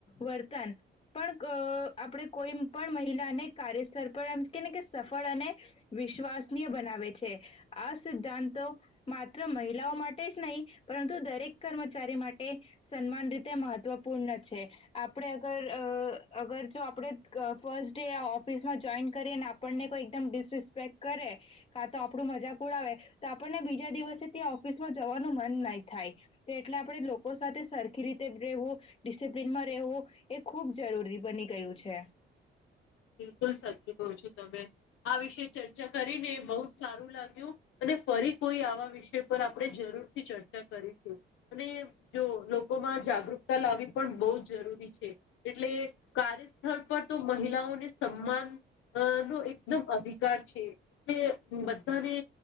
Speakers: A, on the left; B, on the left.
A: વર્તન પણ આપણે કોઈ પણ મહિલાને કાર્યસ્તર પર કેને કે સફળ અને વિશ્વાસનીય બનાવે છે આ સિદ્ધાંતો માત્ર મહિલાઓ માટે જ નહીં પરંતુ દરેક કર્મચારી માટે સન્માન રીતે મહત્વપૂર્ણ છે. આપણે અગર અગર જો આપણે ફસ્ટ ડે ઓફિસમાં જોઈન આપણનેઈમિસિસ્પેક્ટ કરે કા તો આપણું મજાક ઉડાવે તો આપણને બીજા દિવસ ઓફિસ માં જવાનું મન નહી થાય, તો એટલે આપે લોકો સાથે સરખી રીતે રહેવું, ડિસિપ્લનમાં રહેવું એ ખૂબ જરૂરી બની ગયું છે.
B: <inaudible> બિલકુલ સાચું કો છો તમે આ વિશે ચર્ચા કરીને બહુ જ સારું લાગ્યું અને ફરી કોઈ આવા વિષય પર આપણે જરૂર થી ચર્ચા કરીશું, અને જો લોકોમાં જાગૃતતા લાવવી પણ બહુ જરૂરી છે, એટલે કાર્યસ્થળ પર તો મહિલાઓને સમાન નો એકદમ અધિકાર છે, એલે બધાને